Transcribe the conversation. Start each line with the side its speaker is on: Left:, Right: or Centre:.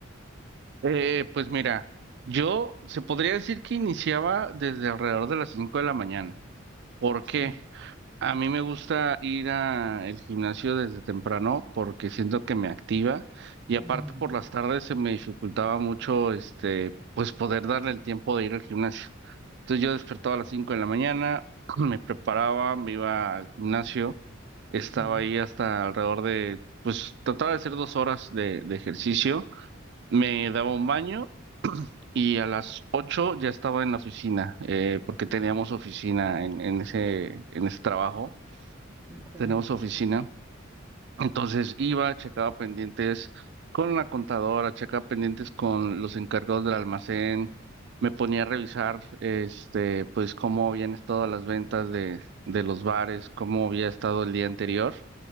Right: Eh, pues mira, yo se podría decir que iniciaba desde alrededor de las 5 de la mañana. ¿Por
Centre: Sí.
Right: qué? A mí me gusta ir al gimnasio desde temprano porque siento que me activa y aparte
Centre: Ujú,
Right: por las tardes se me dificultaba mucho este, pues poder darle el tiempo de ir al gimnasio. Entonces yo despertaba a las 5 de la mañana, <clears throat> me preparaba, me iba al gimnasio, estaba
Centre: Sí,
Right: ahí hasta alrededor de, pues trataba de hacer dos horas de de ejercicio. Me daba un baño y a las 8 ya estaba en la oficina, eh, porque teníamos oficina en, en ese, en ese trabajo,
Centre: de acuerdo.
Right: tenemos oficina. Entonces iba, checaba pendientes con la contadora, checaba pendientes con los encargados del almacén, me ponía a revisar, este, pues cómo habían estado las ventas de, de los bares, cómo había estado el día anterior.